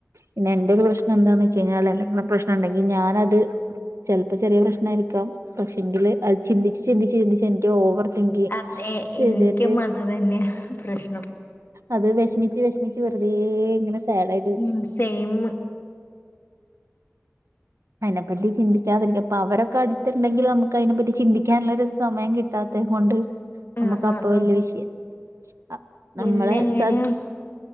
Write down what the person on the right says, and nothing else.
പിന്നെ എന്റെ ഒരു പ്രശ്ം എന്താന്ന് വെച്ച് കഴിഞ്ഞാ എന്തെങ്കും പ്രശ്ന ഉണ്ടെങ്കിൽ ഞാനത് ചെലപ്പോ ചെറിയ പ്രശ്ന ആരിക്കാം പക്ഷെങ്കില് അത് ചിന്തിച്ച് ചിന്തിച്ച് ചന്തിച്ച് എനിക്ക് ഓവർ തിങ്കിങ്
ചെയ്തിട്ട്
അത് വിഷമിച്ച് വിഷമിച്ച് വെറുതെ ഇങ്ങനെ സാഡ് ആയിട്ട് കുത്തിരിക്കു
അതിനെപ്പറ്റി ചിന്തിക്കാതിരിക്ക അപ്പ അവരൊക്ക അടുതുണ്ടെങ്കിൽ നമുക്ക് അതിനെപ്പറ്റി ചിന്തി ക്കാനുള്ളരു സമയം കിട്ടാത്ത കൊണ്ട്
നമുക്ക്
അപ്പൊ വലിയ
വിഷയം ആഹ് നമ്മളെ
സ